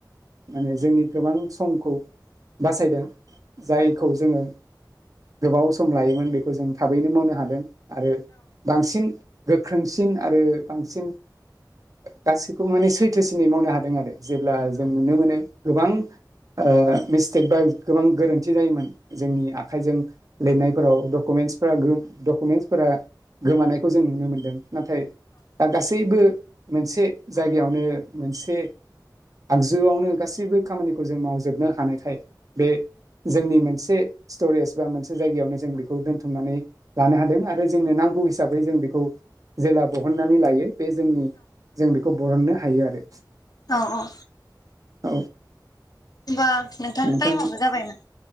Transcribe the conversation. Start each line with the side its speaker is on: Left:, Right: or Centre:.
Right: माने जोंनि गोबां समखौ बासायदों जायखौ जोङो गोबाव सम लायोमोन बेखौ जों थाबैनो मावनो हादों। आरो बांसिन गोख्रोंसिन आरो बांसिन गासैखौबो माने सैथोसिनै मावनो हादों आरो। जेब्ला जों नुनो मोनो गोबां ओ मिस स्टेबा गोबां गोरोन्थि जायोमोन। जोंनि आखाइजों लिरनाय फोराव डक'मेनटशफोरा गो डक'मेनटशफोरा गोमानाय खौ जों नुनो मोन्दों नाथाय दा गासैबो मोनसे जायगायावनो मोनसे आगजुआवनो गासैबो खामानिखौ जों मावजोबनो हानायखाय बे जोंनि मोनसे स्टरेज बा मोनसे जायगायावनो जों बेखौ दोनथुमनानै लानो हादों आरो जोंनो नांगौ हिसाबै जों बेखौ जेला बहननानै लायो। बे जोंनि जों बेखौ बरननो हायो आरो।
Left: औ औ
Right: औ
Left: होमबा नोंथां टाइमाबो
Right: थां
Left: जाबायमोन